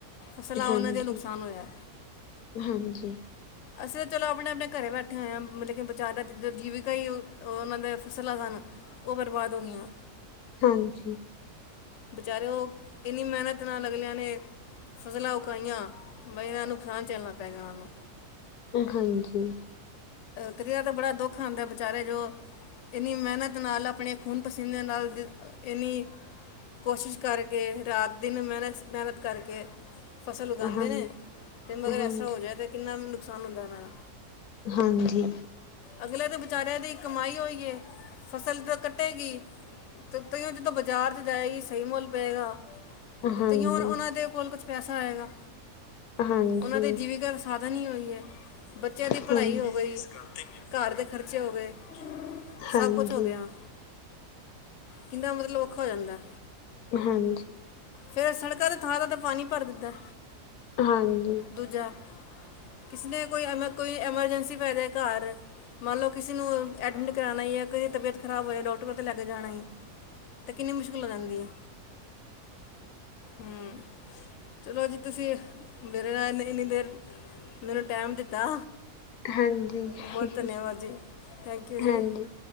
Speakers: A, on the left (about 55°); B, on the left (about 80°).
A: ਫਸਲਾਂ
B: ਹਾਂਜੀ-ਹਾਂਜੀ।
A: ਉਹਨਾਂ ਦੇ ਨੁਕਸਾਨ ਹੋਇਆ ਅਸੀਂ ਤਾਂ ਚਲੋ ਆਪਣੇ-ਆਪਣੇ ਘਰੇ ਬੈਠੇ ਹੋਏ ਆਂ, ਲੇਕਿਨ ਵਿਚਾਰਾ ਦਾ ਜ ਜੀਵਿਕਾ ਈ ਓਨਾਂ ਦੇ ਫਸਲਾਂ ਸਨ। ਓਹ ਬਰਬਾਦ ਹੋਗੀਆਂ।
B: ਹਾਂਜੀ।
A: ਬਚਾਰੇ ਓਹ, ਇੰਨੀ ਮਿਹਨਤ ਨਾਲ ਅਗਲਿਆਂ ਨੇ ਫਸਲਾਂ ਉਗਾਈਆਂ, ਬਈ ਏਨਾਂ ਨੁਕਸਾਨ ਝੱਲਣਾ ਪੈ ਗਿਆ ਓਨਾ ਨੂੰ।
B: ਹਾਂਜੀ।
A: ਤੇ ਯਾਰ ਬੜਾ ਦੁੱਖ ਆਂਦਾ, ਵਿਚਾਰੇ ਜੋ ਇੰਨੀ ਮਿਹਨਤ ਨਾਲ, ਆਪਣੇ ਖੂਨ ਪਸੀਨੇ ਨਾਲ, ਏਨੀ ਕੋਸ਼ਿਸ਼ ਕਰਕੇ, ਰਾਤ ਦਿਨ ਮਿਹਨਤ-ਮਿਹਨਤ ਕਰਕੇ ਫਸਲ ਉਗਾਂਦੇ
B: ਹਾਂਜੀ
A: ਨੇ, ਤੇ ਮਗਰ
B: ਹਾਂਜੀ
A: ਐਸ ਤਰ੍ਹਾਂ ਹੋਜੇ ਤਾਂ ਕਿੰਨਾ ਨੁਕਸਾਨ ਹੁੰਦਾ ਉਹਨਾਂ ਦਾ।
B: ਹਾਂਜੀ।
A: ਅਗਲੇ ਤੇ ਬਚਾਰਿਆਂ ਦੀ ਕਮਾਈ ਓਈ ਏ, ਫਸਲ ਤਾਂ ਕੱਟੇਗੀ। ਤੇ ਤਈਓਂ ਜਦੋਂ ਬਾਜ਼ਾਰ ਚ ਜਾਏਗੀ ਸਈ ਮੁੱਲ ਪਏਗਾ,
B: ਹਾਂਜੀ
A: ਤੇ ਤਈਓ ਉਨਾਂ ਦੇ ਕੋਲ ਕੁੱਛ ਪੈਸਾ ਆਏਗਾ,
B: ਹਾਂਜੀ
A: ਓਹਨਾਂ ਦੇ ਜੀਵਿਕਾ ਦਾ ਸਾਧਨ ਹੀ ਓਹੀ ਐ। ਬੱਚਿਆਂ ਦੀ
B: ਹਾਂਜੀ
A: ਪੜ੍ਹਾਈ ਹੋ ਗਈ, ਘਰ ਦੇ ਖ਼ਰਚੇ ਹੋ ਗਏ।
B: ਹਾਂਜੀ।
A: ਸਭ ਕੁਝ ਹੋ ਗਿਆ ਕਿੰਦਾ ਮਤਲਬ ਔਖਾ ਹੋ ਜਾਂਦਾ।
B: ਹਾਂਜੀ।
A: ਫੇਰ ਸੜਕਾਂ ਤੇ ਥਾਂ-ਥਾਂ ਤੇ ਪਾਣੀ ਭਰ ਦਿਦੈ।
B: ਹਾਂਜੀ।
A: ਦੂਜਾ, ਕਿਸ ਨੇ ਕੋਈ ਐਮ ਕੋਈ ਐਮਰਜੈਂਸੀ ਪੈ ਜੇ ਘਰ। ਮੰਨ ਲੋ ਕਿਸੀ ਨੂੰ ਐਡਮਿਟ ਕਰਾਣਾ ਯਾਂ ਕਿਸੇ ਤਬੀਅਤ ਖਰਾਬ ਹੋਜੇ ਡੋਕਟਰ ਕੋਲ ਤੇ ਲੈ ਕੇ ਜਾਣਾ ਈ। ਤੇ ਕਿੰਨੀ ਮੁਸ਼ਕਿਲ ਆਂਦੀ ਏ। ਹੂੰ। ਚਲੋ ਜੀ ਤੁਸੀਂ, ਮੇਰੇ ਨਾਲ ਇੰਨੀ, ਇੰਨੀ ਦੇਰ ਮੈਨੂੰ ਟੈਮ ਦਿੱਤਾ।
B: ਹਾਂਜੀ।
A: ਬੋਤ
B: ਹਾਂਜੀ
A: ਧਨਿਆਵਾਦ ਜੀ, ਥੈਂਕ ਯੂ ਜੀ,
B: ਹਾਂਜੀ